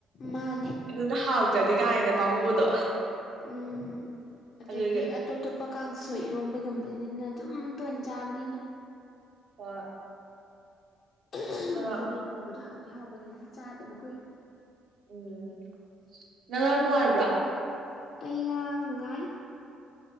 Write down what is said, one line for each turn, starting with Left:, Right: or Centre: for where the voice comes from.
Left: ꯃꯥꯟꯅꯦ
Right: ꯑꯗꯨꯅ ꯍꯥꯎꯇ꯭ꯔꯗꯤ ꯀꯥꯏꯅ ꯄꯥꯝꯃꯨꯕꯗꯣ
Left: ꯎꯝ ꯑꯗꯒꯤ
Right: ꯑꯗꯨꯒꯤ
Left: ꯇꯣꯞ ꯇꯣꯞꯄ ꯀꯥꯡꯁꯣꯏ ꯏꯔꯣꯝꯕꯒꯨꯝꯕꯕꯁꯤꯅꯤꯅ ꯑꯗꯨꯝ ꯇꯣꯟ ꯆꯥꯕꯅꯤꯅ
Right: ꯍꫭꯏ
Left: ꯑ <unintelligible>
Right: ꯑ
Left: ꯆꯒꯦꯝ
Right: <unintelligible>
Left: ꯄꯣꯝꯕꯗꯣ ꯍꯥꯎꯗꯤ ꯍꯥꯎꯕꯅꯤꯅ ꯆꯥꯗꯕ ꯀꯨꯏꯔ‌ꯦ
Right: ꯎꯝ ꯅꯪ ꯉꯔꯥꯡ ꯅꯨꯡꯉꯥꯏꯕ꯭ꯔꯣ
Left: ꯑꯩ ꯉꯔꯥꯡ ꯅꯨꯡꯉꯥꯏ